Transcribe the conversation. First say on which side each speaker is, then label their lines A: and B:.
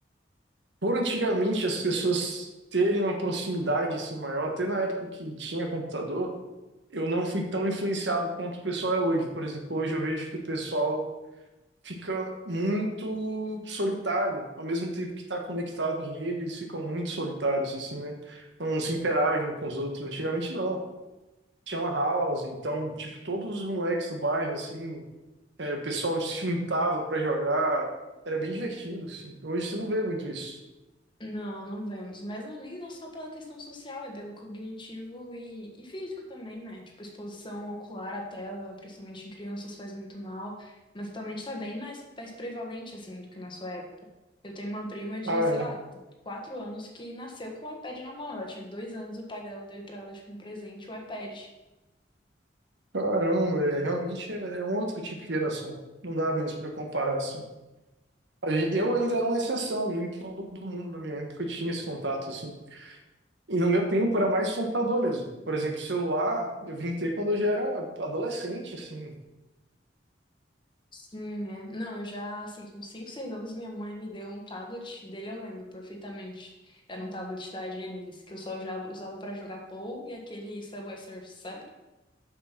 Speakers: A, on the right (about 75°); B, on the left (about 25°).
A: por antigamente as pessoas terem uma proximidade assim maior, até na época que tinha computador, eu não fui tão influenciado quanto o pessoal é hoje. Por exemplo, hoje eu vejo que o pessoal fica muito solitário, ao mesmo tempo que está conectado em rede, eles ficam muito solitários assim, né? Não se interagem com os outros. Antigamente não. Tinha uma house, então, tipo, todos os moleques do bairro, assim, É, o pessoal se juntava pra jogar. Era bem divertido, assim. Hoje você não vê muito isso.
B: não, não vemos. Mas não, é nem não só pela questão social, é pelo cognitivo e, e físico também, né? Tipo, exposição ocular à tela, principalmente em crianças, faz muito mal. Mas atualmente tá bem mais, mais prevalente, assim, do que na sua época. Eu tenho uma prima de,
A: Ah,
B: sei
A: é.
B: lá, quatro anos que nasceu com o iPad na mão. Ela tinha dois anos, o pai dela deu pra ela, tipo, um presente, o iPad.
A: caramba, é, realmente é, é um outro tipo de geração. Não dá mesmo para comparar, assim. A gen- eu ainda era uma exceção, nem todo mundo na minha época tinha esse contato, assim. E no meu tempo era mais computador mesmo. Por exemplo, celular, eu vim ter quando eu já era adolescente, assim.
B: Sim, é. Não, eu já, assim, com 5 6 anos, minha mãe me deu um tablet, dele eu lembro perfeitamente. Era um tablet da Genesis, que eu só usava, usava para jogar Pou e aquele Subway Surf, sabe?